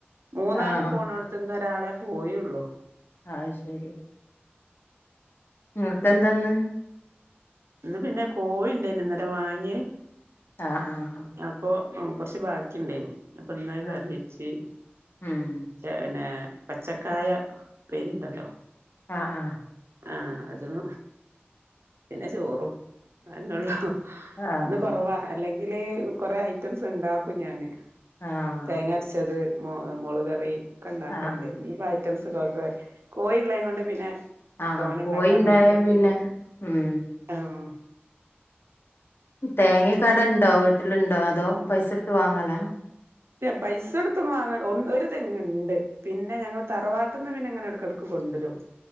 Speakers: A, on the right; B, on the left.
A: മൂന്നാള്
B: ആഹ്
A: പോണൊട്ത്ത് തിന്ന് ഒരാളെ പോയൊള്ളൂ
B: ആഹ് ശെരി ഇങ്ങകെന്താന്ന്
A: ഇന്ന് പിന്നെ കോഴിണ്ടയിനു ഇന്നലെ വാങ്ങിയെ
B: ആ ആഹ്
A: അപ്പൊ കൊർച്ച് ബാക്കി ഇണ്ടായിനി അപ്പൊന്നത് കറി
B: ആഹ്
A: വച്ച്
B: ഉം
A: പിന്നെ പച്ചക്കായ ഇപ്പേരിണ്ടല്ലോ
B: ആ ആഹ്
A: ആഹ് അതും പിന്നെ ചോറും അയെനൊള്ളൂ
B: ആഹ്
A: ഇന്ന് കൊറവാ അല്ലെങ്കില് കൊറേ ഐറ്റംസ് ഇണ്ടാക്കും ഞാന്
B: ആഹ്
A: തേങ്ങര ച്ചത് മൊള് മൊളകറി ഒക്കെ ഇണ്ടാക്കല്ണ്ട്
B: ആഹ്
A: ഇന്ന്പ്പോ ഐറ്റംസ്കൾ ഒക്കെ കോഴിള്ളെ കൊണ്ട് പിന്നെ
B: ആഹ്
A: തോനെ
B: കോഴിണ്ടായ
A: ഉണ്ടാക്കാൻ മെനക്കെട്ടിയില്ല
B: പിന്നെ മ്
A: ആഹ്
B: തേങ്ങക്കെ അടെ ഉണ്ടോ വീട്ടിലുണ്ടോ അതോ പൈസ എടുത്ത് വാങ്ങലാ
A: പൈസ കൊടുത്തൊന്ന് വാങ്ങണ്ട ഒ ഒരു തെങ്ങ് ഉണ്ട് പിന്നെ ഞങ്ങള്ൾ തറവാട്ടന്ന് പിന്നെ എങ്ങനെ എടക്ക് എടക്ക് കൊണ്ടുവരും